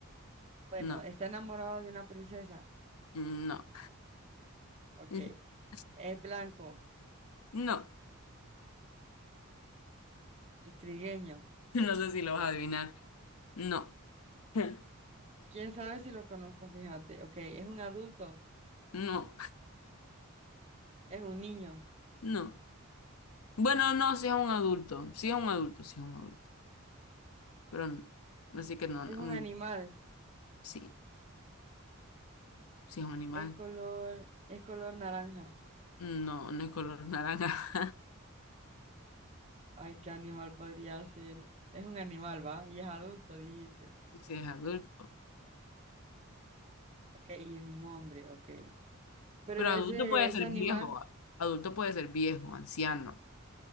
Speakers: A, on the right; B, on the left.
A: Bueno,
B: no,
A: está enamorado de una princesa.
B: no,
A: Ok.
B: <laughs>
A: Es blanco.
B: no,
A: Es trigueño.
B: no sé si lo vas a adivinar, no, <laughs>
A: ¿Quién sabe si lo conozco? Fíjate. Ok. Es un adulto.
B: no,
A: Es un niño.
B: no. Bueno, no, si es un adulto, si es un adulto, si es un adulto, pero no, así que no,
A: Es
B: no,
A: un
B: un-
A: animal.
B: sí, si es un animal,
A: Es color, es color naranja.
B: no, no es color naranja,
A: Ay, ¿qué animal podría ser? Es un animal, ¿va? Y es adulto, dijiste.
B: <laughs> si es adulto.
A: Ok, y es un hombre, ok. Pero
B: Pero
A: ese,
B: adulto puede
A: ese
B: ser
A: animal,
B: viejo, ah. adulto puede ser viejo, anciano.